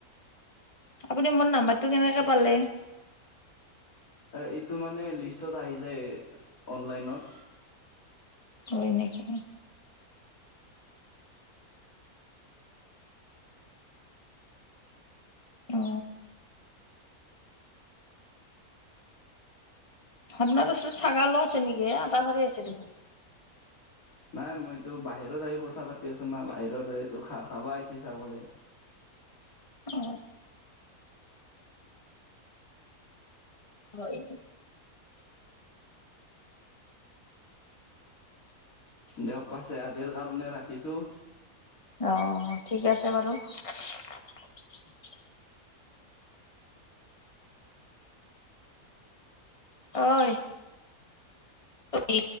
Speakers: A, on the left (about 20°); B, on the left (about 65°).
A: আপুনি মোৰ নাম্বাৰটো কেনেকে পালে।
B: এইটো মানে লিষ্টত আহি যায় অনলাইনত।
A: হয় নেকি? অ। আপোনাৰ ওপৰত ছাগালো আছে নেকি এ আটা ভাৰী আছে দেখোন?
B: নাই মইতো বাহিৰত আহি কথা পাতি আছো না বাহিৰত আহ তো খা খাবা আহিছি চাবলৈ।
A: অ। হয়।
B: দিয়ক পাছে আজিৰ কাৰণে ৰাখিছোঁ।
A: অ ঠিক আছে বাৰু। <inaudible> অই, অই